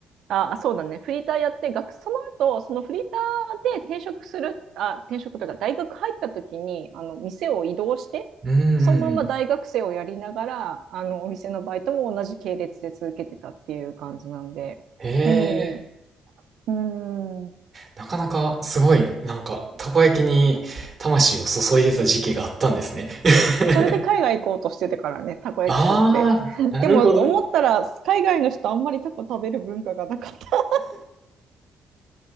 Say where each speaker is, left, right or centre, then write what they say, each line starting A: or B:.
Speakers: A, on the right; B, on the right.
A: あ、そうだね。フリーターやって、学、その後、そのフリーターで転職する、あ、転職というか、大学入った時に、あの、店を移動して、
B: うんうんうん。
A: そのまま大学生をやりながら、あの、お店のバイトも同じ系列で続けてたっていう感じなんで。
B: へえ、
A: うん。うん。
B: なかなかすごいね、なんか、たこ焼きに魂を注いでた時期があったんですね。<laughs>
A: それで海外行こうとしててからね、たこ焼きしょって。
B: ああ、
A: <laughs>
B: <laughs> なるほど。
A: でも、思ったら、海外の人あんまりタコ食べる文化がなかった。<laughs>